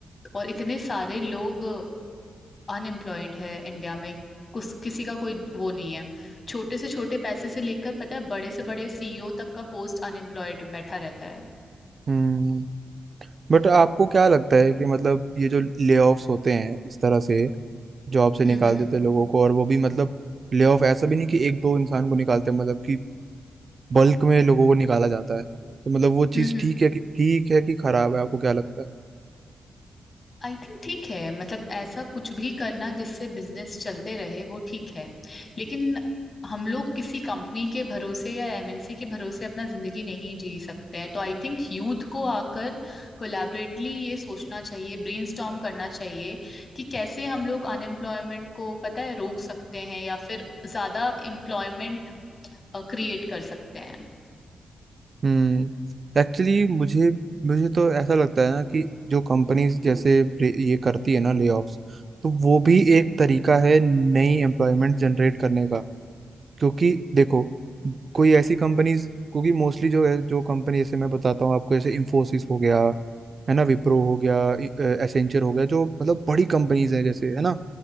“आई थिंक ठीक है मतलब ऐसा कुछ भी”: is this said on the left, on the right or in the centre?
Left